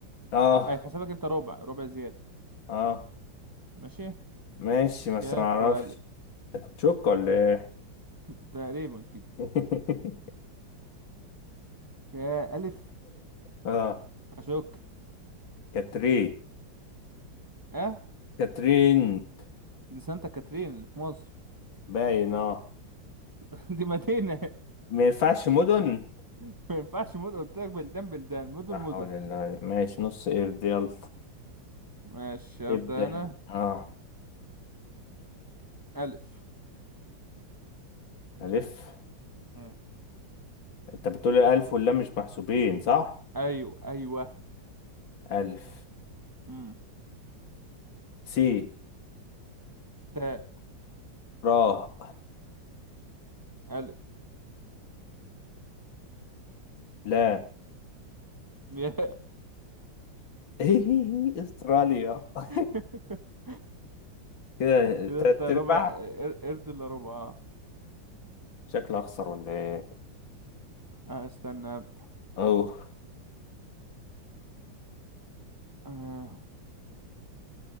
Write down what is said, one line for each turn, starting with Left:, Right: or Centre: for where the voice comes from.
Left: اه
Right: هيتحسب لك أنت ربع ربع زيادة
Left: اه
Right: ماشي
Left: ماشي بس
Right: كاف
Left: ما اعرفش
Right: وألف
Left: تشوك ولا ايه
Right: <laughs> تقريبا كده
Left: <laughs>
Right: كألف
Left: اه
Right: أشك
Left: كاترين
Right: أه
Left: كاترين
Right: دي سانتا كاترين اللي في مصر
Left: باين اه
Right: <laughs> دي مدينة
Left: ما ينفعش مدن
Right: <laughs> ما ينفعش مدن قلت لك بلدان بلدان مدن
Left: لا
Right: مدن
Left: حول الله ماشي نص قرد يلا
Right: ماشي
Left: ابدأ
Right: أبدأ أنا
Left: انت. اه
Right: ألف
Left: ألف
Right: مم.
Left: أنت بتقول ألف واللام مش محسوبين صح؟
Right: أيوة أيوة
Left: ألف
Right: مم.
Left: سي
Right: تاء
Left: را
Right: ألف
Left: لا
Right: يا
Left: <laughs> أستراليا <laughs>
Right: <laughs>
Left: كده
Right: كده
Left: تلات
Right: أنت ربع
Left: أرباع
Right: قر- قرد إلا ربع آه
Left: شكلي أخسر ولا إيه؟
Right: آه، استنى أبدأ
Left: أوه
Right: آه.